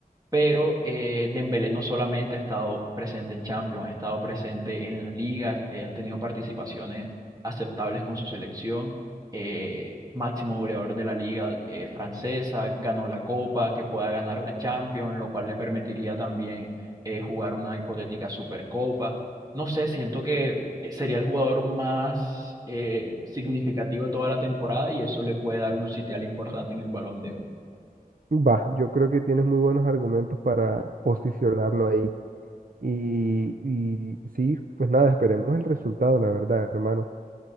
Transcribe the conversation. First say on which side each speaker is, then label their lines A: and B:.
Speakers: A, on the right; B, on the right.
A: Pero eh, Dembélé no solamente ha estado presente en Champions, ha estado presente en las ligas, eh, ha tenido participaciones aceptables con su selección, eh, máximo goleador de la liga eh, francesa, ganó la Copa, que pueda ganar la Champions, lo cual le permitiría también eh, jugar una hipotética Supercopa. No sé, siento que eh, sería el jugador más eh, significativo de toda la temporada y eso le puede dar un sitial importante en el Balón de Oro.
B: Va, yo creo que tienes muy buenos argumentos para posicionarlo ahí. Y, y sí, pues nada, esperemos el resultado, la verdad, hermano.